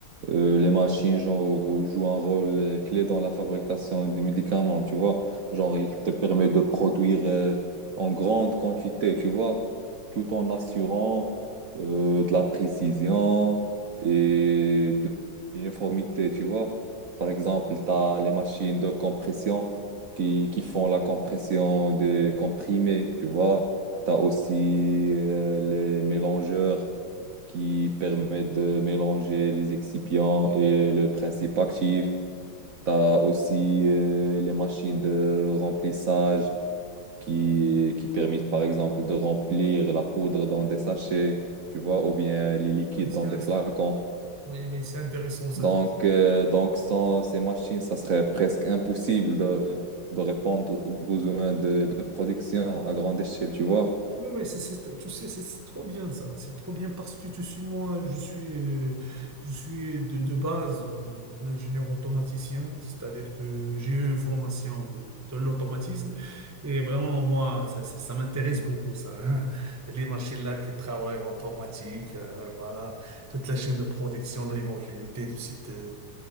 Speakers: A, on the right (about 60°); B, on the right (about 25°).
A: Euh, les machines, genre, jouent un rôle euh, clé dans la fabrication des médicaments, tu vois. Genre, il te permet de produire euh, en grande quantité, tu vois, tout en assurant euh, de la précision et de l'uniformité, tu vois. Par exemple, tu as les machines de compression qui, qui font la compression des comprimés, tu vois. Tu as aussi euh, les mélangeurs qui permet de mélanger les excipients et le principe actif. Tu as aussi euh, les machines de remplissage qui, qui permettent, par exemple, de remplir la poudre dans des sachets, tu vois, ou bien les liquides
B: Oui, c'est-
A: dans des flacons.
B: Oui, oui, c'est intéressant ça.
A: Donc,
B: tu dis.
A: euh, donc sans ces machines, ça serait presque impossible de, de répondre aux besoins de, de production à grande échelle, tu vois.
B: Oui, oui, c'est, c'est- tu sais, c'est c'est trop bien ça. C'est trop bien parce que tu suis moi, je suis, euh, je suis de, de base euh, un ingénieur automaticien, c'est-à-dire que j'ai eu une formation de, de l'automatisme et vraiment moi, ça, ça, ça m'intéresse beaucoup ça. hein. Les machines là qui travaillent automatique, euh, voilà, toute la chaîne de production, l'homogénéité de cette, euh,